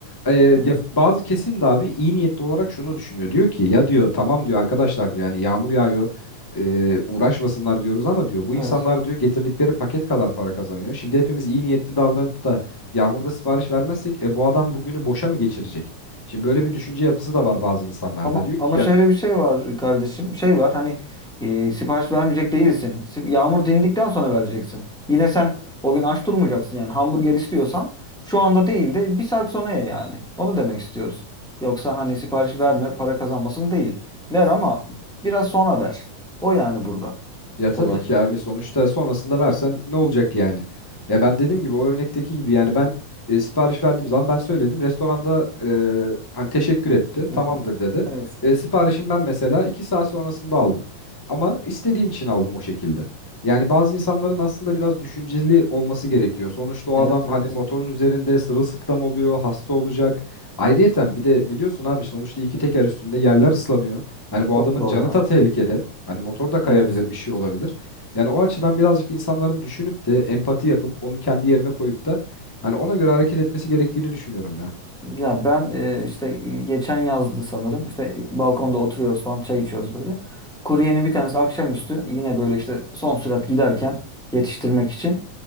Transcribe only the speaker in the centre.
Evet.
Evet.
Ama,
ama şöyle
bir şey var kardeşim. Şey var hani e, sipariş vermeyecek değilsin. Sip- Yağmur dindikten sonra vereceksin. Yine sen o gün aç durmayacaksın yani. Hamburger istiyorsan şu anda değil de bir saat sonra ye yani. Onu demek istiyoruz. Yoksa hani sipariş verme para kazanmasın değil. Ver ama biraz sonra ver. O yani burada
olay.
Hı
hı.
Evet.
Evet
evet.
Çok
zor
ya.
Evet.
Ya ben e, işte geçen yazdı sanırım. İşte balkonda oturuyoruz falan çay içiyoruz böyle. Kuryenin bir tanesi akşamüstü yine böyle işte son sürat giderken yetiştirmek için